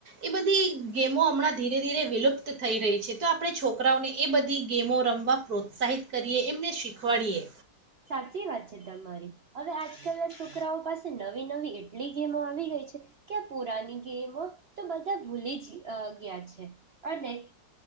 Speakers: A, on the right (about 50°); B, on the right (about 80°).
A: એ બધી ગેમો હમણાં ધીરે-ધીરે વિલુપ્ત થઈ રહી છે તો આપણે છોકરાઓને એ બધી ગેમો રમવા પ્રોત્સાહિત કરીએ એમને શીખવાડીએ.
B: સાચી વાત છે તમારી હવે આજકાલના છોકરાઓ પાસે નવી-નવી એટ એટલી ગેમો આવી ગઈ છે. ક્યાક પુરાની ગેમો તો બધા ભૂલી જ અ ગયા છે અને